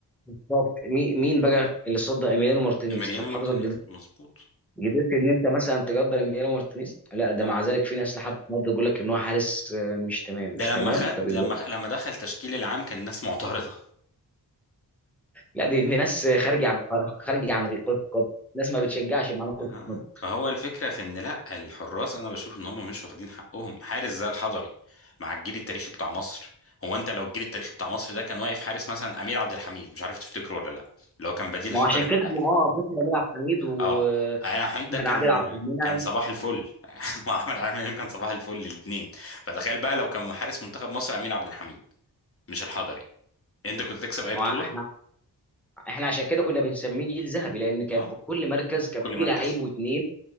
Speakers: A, in the centre; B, on the left.
A: بالظبط. مي- مين بقى اللي صد ايميليانو مارتينيز
B: اماريانو
A: طب
B: مارتينيز
A: حضرتك قدرت
B: مظبوط
A: قدرت ان انت مثلا تقدر ايميليانو مارتينيز لا ده
B: لا
A: مع ذلك في ناس لحد النهارده يقول لك ان هو حارس آه، مش تمام مش
B: ده
A: تمام
B: لما خد
A: طب
B: لما لما دخل تشكيل العام كان الناس معترضه
A: لا دي, دي ناس خارجه عن خارجه عن كره القدم ناس ما
B: اه
A: بتشجعش معانا كره
B: ها
A: القدم
B: فهو الفكرة في ان لا الحراس انا بشوف ان هم مش واخدين حقهم حارس زي الحضري مع الجيل التاريخي بتاع مصر هو انت لو الجيل التاريخي بتاع مصر ده كان واقف حارس مثلا امير عبد الحميد مش عارف تفتكره ولا لا اللي هو كان بديل
A: ما
B: الحضري
A: هو عشان
B: في
A: كده
B: الاهلي
A: احنا اه فاكر امير عبد الحميد واحمد
B: اه امير عبد الحميد ده كان
A: عادل عبد المنعم
B: كان صباح الفل <laughs> وعمل عامل إمام كان صباح الفل الاثنين فتخيل بقى لو كان حارس منتخب مصر امير عبد الحميد مش الحضري انت كنت تكسب اي
A: ما
B: بطولة
A: هو احنا احنا عشان كده كنا بنسميه جيل ذهبي لان كان
B: اه
A: في كل مركز
B: في
A: كان
B: كل
A: فيه
B: مركز
A: لعيب واثنين